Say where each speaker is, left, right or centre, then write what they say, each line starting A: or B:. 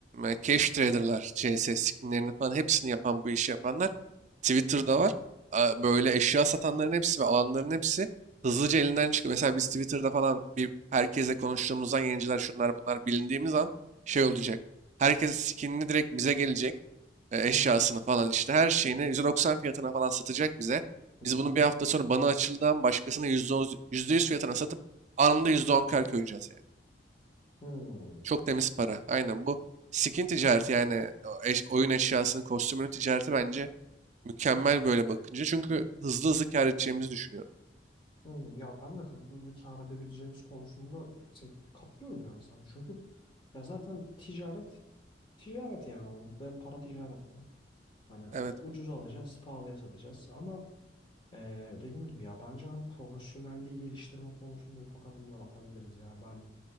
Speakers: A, on the right; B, on the left.
A: e, cash trader'lar, CS skinlerini falan hepsini yapan bu işi yapanlar Twitter'da var. A- Böyle eşya satanların hepsi ve alanların hepsi hızlıca elinden çıkıyor. Mesela biz Twitter'da falan bir herkesle konuştuğumuzdan yayıncılar şunlar bunlar bilindiğimiz an şey olacak. Herkes skinini direkt bize gelecek. e,
B: Hmm.
A: Eşyasını falan işte her şeyini 190 fiyatına falan satacak bize.
B: Hı
A: Biz
B: hı.
A: bunu bir hafta sonra bana açıldan başkasına %10, %100 fiyatına satıp anında %10 kar koyacağız yani.
B: Hmm.
A: Çok temiz para. Aynen bu skin ticareti yani o eş- oyun eşyasının, kostümünün ticareti bence mükemmel böyle bakınca. Çünkü hızlı hızlı kâr edeceğimizi düşünüyorum.
B: Hmm. Ya ben de hızlı hızlı kâr edebileceğimiz konusunda se- katılıyorum yani sana. Çünkü ya zaten ticaret ticaret yani bu ve para ticarette. Hani
A: Evet.
B: ucuza alacağız, pahalıya satacağız ama Ee, dediğim gibi ya bence hani profesyonelliği geliştirme konusunda ufak adımlar atabiliriz ya. Ben